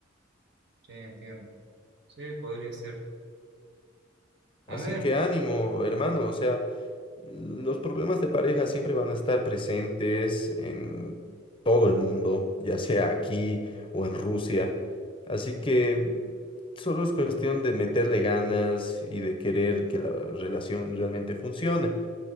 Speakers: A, on the right; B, on the left.
A: Sí, entiendo. Sí, podría ser. A
B: Así
A: ver,
B: que
A: sí,
B: ánimo, hermano, o sea... Los problemas de pareja siempre van a estar presentes en todo el mundo, ya sea aquí o en Rusia. Así que solo es cuestión de meterle ganas y de querer que la relación realmente funcione.